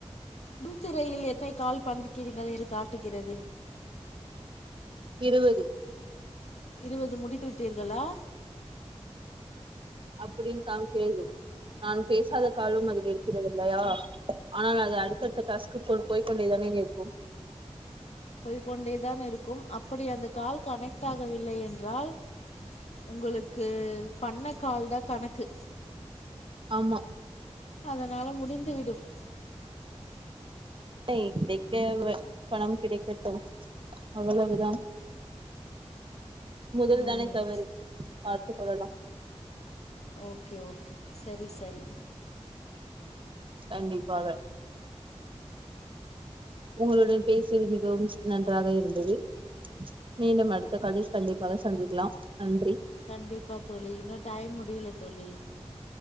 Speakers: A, on the left (about 75°); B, on the right (about 50°).
A: முன்திரையில் எத்தனை கால் பண்ணிருக்கிறீங்கள் என்று காட்டுகிறது
B: இருவது
A: இருவது முடித்து விட்டீர்களா
B: அப்டின்னு காம்க்காது நாம் பேசாத காலும் அதில் இருக்கிறது இல்லையா ஆனால் அது அடுத்த அடுத்த டாஸ்கு போய் கொண்டே தானே இருக்கும்
A: போய் கொண்டே தான் இருக்கும் அப்படி அந்த கால் கனெக்ட் ஆகவில்லை என்றால் உங்களுக்கு பண்ண கால் தா கணக்கு
B: ஆமா
A: அதனால முடிந்து விடும்
B: <unintelligible> கிடைக்க பணம் கிடைக்கட்டும் அவ்வளவுதான் முதல்
A: ம்
B: தானே தவறு பார்த்து கொள்ளலா
A: ஓகே ஓகே சரி சரி
B: கண்டிப்பாக உங்களுடைய பேச்சு மிகவும் நன்றாக இருந்தது மீண்டும் அடுத்த காலில் கண்டிப்பாக சந்திக்கலாம் நன்றி
A: கண்டிப்பா தோழி இன்னொ டைம் முடியல தோழி